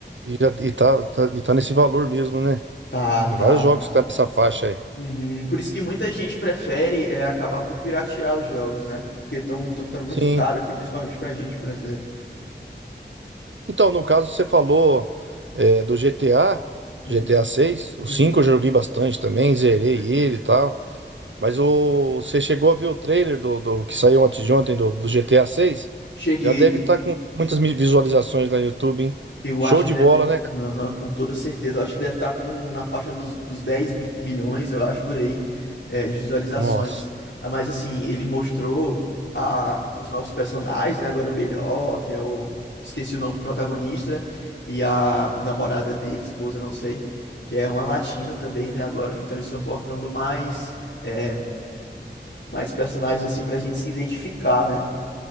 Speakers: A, on the right; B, on the left.
A: e, já- e, tá, tá- e tá nesse valor mesmo, né?
B: Tá,
A: Tem
B: tá.
A: vários jogos que tá nessa faixa aí.
B: Uhum. Por isso que muita gente prefere é, acabar por piratear os jogos, né? Porque estão ficando muito
A: Sim.
B: caro aqui, principalmente pra gente brasileiro.
A: Então, no caso, você falou é, do GTA, do
B: Uhum.
A: GTA seis. o
B: Uhum.
A: cinco eu joguei bastante também, zerei
B: Também.
A: ele e tal. Mas o, você chegou a ver o trailer do, do- que saiu antes de ontem do, do GTA 6?
B: Cheguei,
A: Já deve estar com muitas mi- visualizações lá no YouTube, hein?
B: Eu
A: Show
B: acho que
A: de
B: deve,
A: bola, né, cara?
B: aham, com toda certeza, eu acho que deve estar com na faixa dos, dos 10 mi- milhões, eu acho, por aí, é, de visualizações.
A: Nossa.
B: Ah, Mas assim, ele mostrou a, os novos personagens, né? Agora o melhor, que é o. Esqueci o nome do protagonista, e a namorada dele, esposa, não sei, que é uma latina também, né? Agora, então eles estão colocando mais, é, mais personagens assim pra gente se identificar, né?